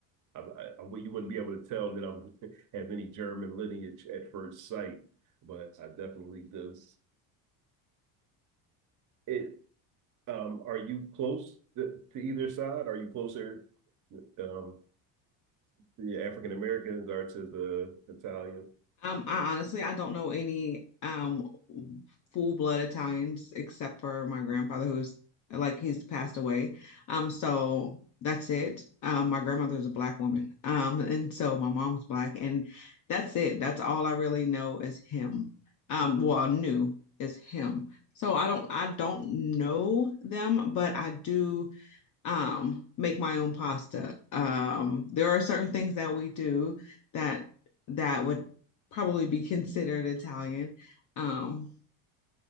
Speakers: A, on the right (about 45°); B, on the left (about 40°).
A: I, I, well, you wouldn't be able to tell that I'm <laughs> have any German lineage at first sight, but I definitely do. It. Um, are you close to, to either side? Are you closer? Um, the African Americans are to the Italian.
B: Um, I honestly, I don't know any um full-blood Italians except for my grandfather who's like he's passed away. Um, so that's it. Um, my grandmother's a black woman. Um, and so my mom's black and that's it. That's all I really know is him. Um, well, I knew is him. So I don't I don't know them, but I do um, make my own pasta. Um, there are certain things that we do that that would probably be considered Italian. Um,